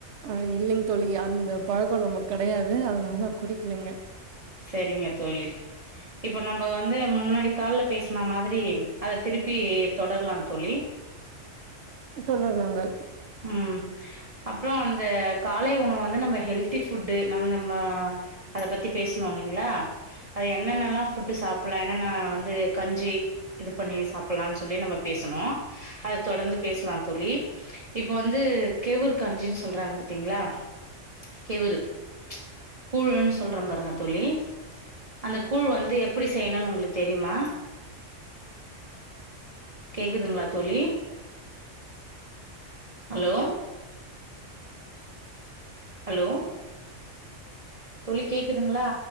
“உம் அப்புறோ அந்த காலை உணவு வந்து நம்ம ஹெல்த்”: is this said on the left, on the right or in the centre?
Right